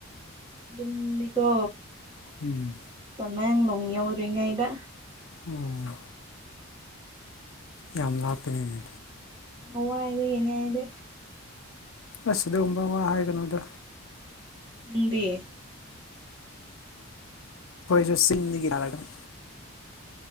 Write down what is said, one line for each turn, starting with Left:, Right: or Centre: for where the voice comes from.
Right: ꯌꯨꯝꯗꯤꯀꯣ
Left: ꯎꯝ
Right: ꯇꯃꯦꯡꯂꯣꯡ ꯌꯥꯎꯗꯔ꯭ꯤꯉꯩꯗ
Left: ꯎꯝ ꯌꯥꯝ ꯂꯞꯄꯦꯅꯦ
Right: ꯂꯥꯋꯥꯏ ꯗꯒꯤꯅꯦ ꯑꯩꯗꯤ
Left: ꯑꯁ ꯑꯗꯨꯒꯨꯝꯕ ꯋꯥ ꯍꯥꯏꯒꯅꯣꯗ
Right: ꯅꯪꯗꯤ
Left: ꯑꯩꯈꯣꯏꯁꯨ ꯆꯤꯡꯗꯤ ꯌꯥꯔꯒꯅꯤ